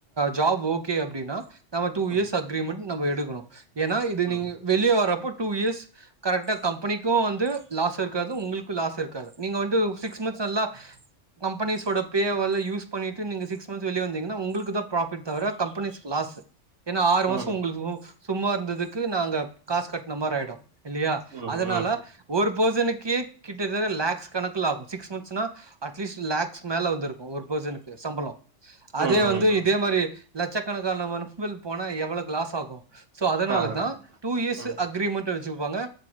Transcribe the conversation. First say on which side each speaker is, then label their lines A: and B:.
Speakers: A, on the right; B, on the right.
A: ஜாப் ஓகே அப்டின்னா நம்ம டூ இயர்ஸ்
B: ம்
A: அக்ரிமெண்ட் நம்ம எடுக்கணு ஏனா இது
B: ம்
A: நீங்க வெளிய வரப்போ டூ இயர்ஸ் கரெக்ட்டா கம்பெனிக்கு வந்து லாஸ் இருக்காது உங்களுக்கு லாஸ் இருக்காது நீங்க வந்து சிக்ஸ் மந்த்ஸ் நல்லா கம்பெனிஸோட பேவால யூஸ் பண்ணிட்டு நீங்க சிக்ஸ் மந்த்ஸ் வெளிய வந்தீங்கனா உங்களுக்கு தா ப்ராஃபிட் தவிர கம்பெனிஸ்க் லாஸ் ஏனா ஆறு மாசோ
B: ம் ம்
A: உங்களுக்கு சும்மா இருந்ததுக்கு நாங்க காசு கட் ஆயிடு இல்லையா
B: ம்
A: அதனால ஒரு பேர்சனுக்கே கிட்ட தட்ட லாக்ஸ் கணக்குல ஆகு சிக்ஸ் மந்த்ஸ்னா அட்லீஸ்ட் லாக்ஸ் மேல வந்திருக்கு ஒரு பேர்சனுக்கு சம்பளோ அதே
B: ம் ம்
A: வந்து
B: ம்.
A: இதே மாரி லட்சக்கணக்கான வர்ஃபில் போனா எவ்ளோ லாஸ் ஆகு சோ அதனாலதா
B: ஆ
A: டூ இயர்ஸ்சு
B: ம்
A: அக்ரிமெண்ட்டு வச்சுருப்பாங்க